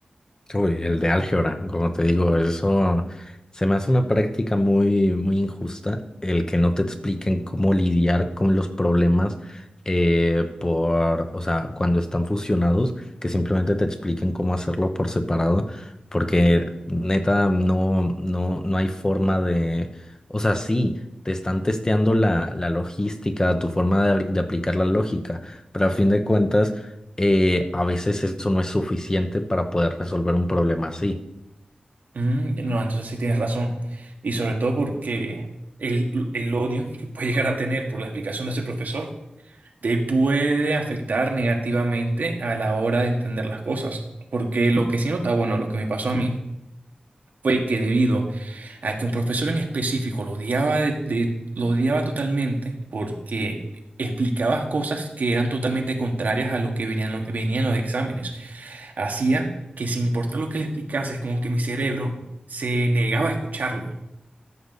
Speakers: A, on the left (about 25°); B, on the right (about 75°).
A: Uy, el de álgebra, como te digo, eso se me hace una práctica muy, muy injusta, el que no te expliquen cómo lidiar con los problemas eh, por, o sea, cuando están fusionados, que simplemente te expliquen cómo hacerlo por separado, porque neta no, no, no hay forma de, o sea, sí, te están testeando la, la logística, tu forma de de aplicar la lógica, pero a fin de cuentas eh, a veces eso no es suficiente para poder resolver un problema así.
B: Mm, no, entonces sí tienes razón. Y sobre todo porque el, el odio que puede llegar a tener por la explicación de ese profesor te puede afectar negativamente a la hora de entender las cosas. Porque lo que sí nota, bueno, lo que me pasó a mí fue que debido a que un profesor en específico lo odiaba, de- de- lo odiaba totalmente porque explicaba cosas que eran totalmente contrarias a lo que venían, lo- venían los exámenes. Hacía que sin importar lo que le explicase, es como que mi cerebro se negaba a escucharlo.